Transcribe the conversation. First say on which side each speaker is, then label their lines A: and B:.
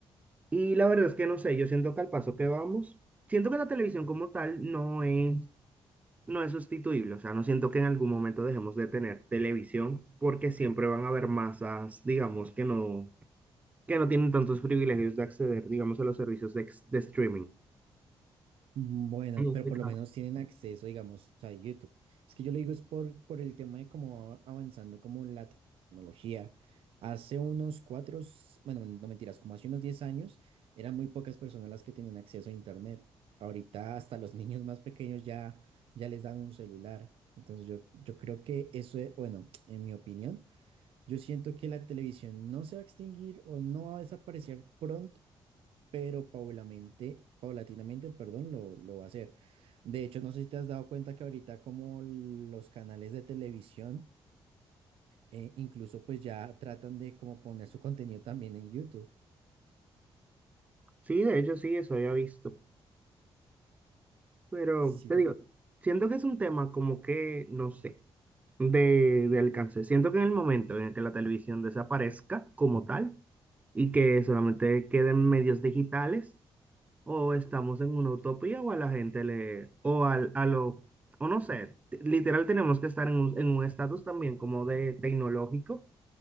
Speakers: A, on the right (about 15°); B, on the right (about 80°).
A: Y la verdad es que no sé, yo siento que al paso que vamos, siento que la televisión como tal no es no es sustituible. O sea, no siento que en algún momento dejemos de tener televisión porque siempre van a haber masas, digamos, que no, que no tienen tantos privilegios de acceder, digamos, a los servicios de, ex- de streaming.
B: bueno,
A: En este
B: pero por
A: caso.
B: lo menos tienen acceso, digamos, a YouTube. Es que yo le digo es por, por el tema de cómo va avanzando como la tecnología. Hace unos cuatro, s- bueno, no mentiras, como hace unos 10 años, eran muy pocas personas las que tenían acceso a Internet. Ahorita hasta los <laughs> niños más pequeños ya, ya les dan un celular. Entonces yo, yo creo que eso, es- bueno, <tsk> en mi opinión, Yo siento que la televisión no se va a extinguir o no va a desaparecer pronto, pero paulatinamente, paulatinamente, perdón, lo, lo va a hacer. De hecho, no sé si te has dado cuenta que ahorita como los canales de televisión, eh, incluso pues ya tratan de como poner su contenido también en YouTube.
A: Sí, de hecho, sí, eso había visto. Pero
B: Sí,
A: te
B: porque...
A: digo, siento que es un tema como que, no sé, de, de alcance. Siento que en el momento en el que la televisión desaparezca como tal y que solamente queden medios digitales, o estamos en una utopía o a la gente le, o al, a lo, o no sé, t- literal tenemos que estar en un, en un estatus también como de tecnológico,